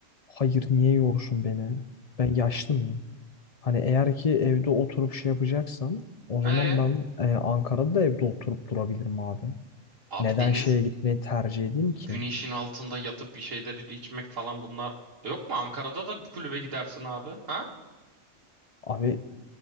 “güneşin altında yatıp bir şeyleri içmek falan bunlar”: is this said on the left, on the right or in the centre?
Right